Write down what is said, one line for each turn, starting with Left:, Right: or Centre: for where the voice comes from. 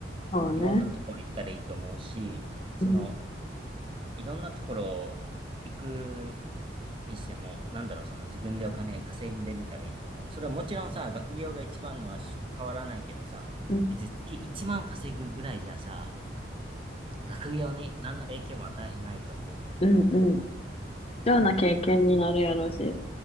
Left: そうね。
Right: いろんなところ行ったらいいと思うし、その、
Left: うん
Right: いろんなところ行くにしても、なんだろう、その自分でお金稼いでみたらいいと思う。それはもちろんさ、学業が一番のは変わらないけどさ、
Left: うん、
Right: 別に月1万稼ぐぐらいじゃさ、学業に何の影響も与えないと思うんだよね。
Left: うん、うん。貴重な経験になるやろうし。